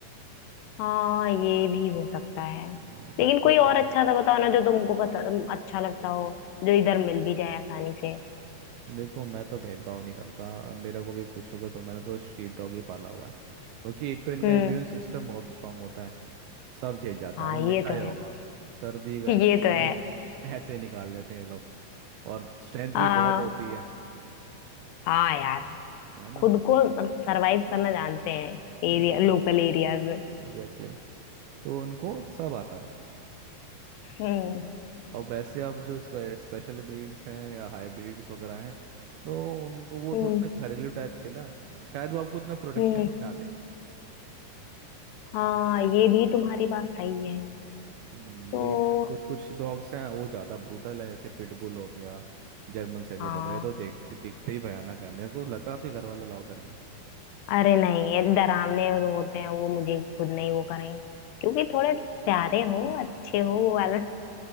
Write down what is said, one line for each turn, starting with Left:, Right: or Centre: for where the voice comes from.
Left: हाँ ये भी हो सकता है
Right: हम्म, क्योंकि
Left: लेकिन कोई
Right: वो
Left: और अच्छा सा बताओ ना जो तुमको पसंद अच्छा लगता हो जो इधर मिल भी जाए आसानी से
Right: देखो मैं तो भेदभाव नहीं करता अब मेरे को भी पूछोगे तो मैंने तो स्ट्रीट डॉग ही पाला हुआ है क्योंकि एक तो इनका
Left: हम्म
Right: इम्यून सिस्टम बहुत स्ट्रांग होता है सब झेल जाता
Left: हाँ
Right: है आपने देखा
Left: ये तो
Right: ही होगा
Left: है
Right: सर्दी गर्मी
Left: ये तो
Right: धूप
Left: है
Right: <laughs> ऐसे निकाल लेते हैं ये लोग और स्ट्रेंथ
Left: हाँ
Right: भी बहुत होती है
Left: हाँ यार
Right: है ना
Left: खुद को सरवाइव करना जानते हैं एरिया
Right: एग्जैक्टली
Left: लोकल एरियाज में
Right: एग्जैक्टली तो उनको सब आता है
Left: हम्म
Right: और वैसे अब जो स्पे, स्पेशल ब्रीड्स हैं या हाइब्रिड्स वगैरह हैं तो उनको वो
Left: हम्म
Right: थोड़ा सा घरेलू टाइप खेला है शायद वो आपको उतना प्रोटेक्शन
Left: हम्म
Right: भी ना दे
Left: हाँ ये भी तुम्हारी बात सही है
Right: हम्म,
Left: तो
Right: लेकिन कुछ कुछ डॉग्स हैं वो ज़्यादा ब्रूटल है जैसे पिटबुल हो गया जर्मन शेफर्ड
Left: हाँ
Right: हो गया ये तो देखते दिखते ही भयानक है मेरे को लगता है आपके घर वाला अलाउ करेंगे
Left: अरे नहीं ये डरावने और होते हैं वो मुझे खुद नहीं वो करेंगे क्योंकि थोड़े प्यारे हो अच्छे हो वो वाला